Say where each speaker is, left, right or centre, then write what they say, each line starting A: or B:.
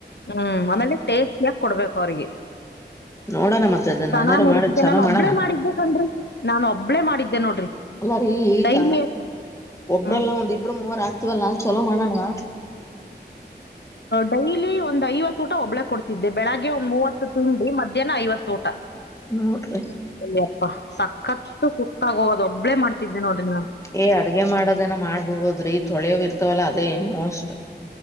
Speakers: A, on the left; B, on the left.
A: ಹ್ಮ್ ಆಮೇಲೆ ಟೇಸ್ಟಿಯಾಗಿ ಕೊಡ್ಬೇಕು ಅವ್ರಿಗೆ
B: ನೋಡೋಣ ಮತ್ತೆ ಅದನ್ನ
A: ಚೆನ್ನ
B: ಏನಾರು
A: ನಡತಿದ್ದೆ
B: ಮಾಡಿ ಚಲೋ
A: ನಾನು
B: ಮಾಡೋಣ
A: ಒಬ್ಳೇ ಮಾಡಿದ್ದೆ ಕಣ್ರೀ ನಾನನ್ ಒಬ್ಬಳೇ ಮಾಡಿದ್ದೆ ನೋಡ್ರಿ
B: ಅದಾರಿೀ ಈಗ
A: ಡೈಲಿ
B: ಒಬ್ರಲ್ಲಾ
A: ಹ್ಮ್
B: ಒಂದಿಬ್ರು ಮವರ ಆಗ್ತಿವಲ್ಲ ಚಲೋ ಮಾಡಣಣ
A: ಡೈಲಿ ಒಂದ್ ಐವತ್ತು ಊಟ ಒಬ್ಳ ಕೊಡ್ತಿದ್ದೆ ಬೆಳಿಗ್ಗೆ ಒಂದ್ ಮೂವತ್ತು ತಿಂಡಿ ಮಧ್ಯಾಹ್ನ ಐವತ್ತು ಊಟ
B: ನೋಡ್ರಿ
A: ಇಲ್ಲಪ್ಪಾ ಸಕ್ಕತ್ತು ಸುಕ್ಕಾಗೋದ ಒಬ್ಬಳೇ ಮಾಡ್ತಿದ್ದೆ ನೋಡ್ರಿ ನಾ
B: ಏ ಅಡ್ಗೆ ಮಾಡೋದನ ಮಾಡ್ಬಿಡ್ಬೋದ್ರಿ ತೊಳೆಯೋ್ ಇರ್ತವಲ್ಲ ಅದೇ ಮೋಸ್ಟ್